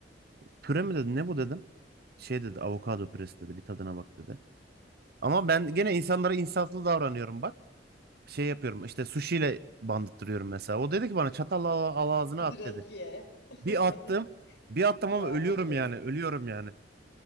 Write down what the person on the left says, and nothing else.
Direkt
ye. <laughs>
Daha
kötü.